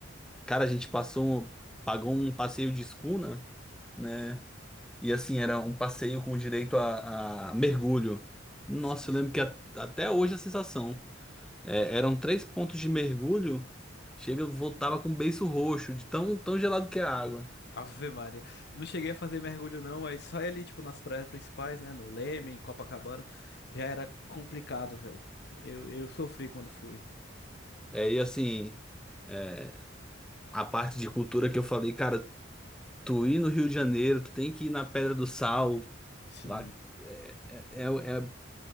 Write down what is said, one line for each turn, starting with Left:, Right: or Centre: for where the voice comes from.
Centre: Cara, a gente passou, um, pagou um passeio de escuna, né? E assim, era um passeio com direito a, a mergulho. Nossa,
Left: sim, sim.
Centre: eu lembro que a- até hoje a sensação. É, eram três pontos de mergulho. Chega, eu voltava com o beiço roxo, de tão, tão gelado que é a água.
Left: Ave Maria. Eu não cheguei a fazer mergulho, não, mas só ali, tipo, nas praias principais, né? No Leme, em Copacabana, já era complicado, velho. Eu, eu sofri quando fui.
Centre: É, e assim, é, a parte de cultura que eu falei, cara, tu ir no Rio de Janeiro, tu tem que ir na Pedra do Sal,
Left: Sim.
Centre: lá é, é, é, é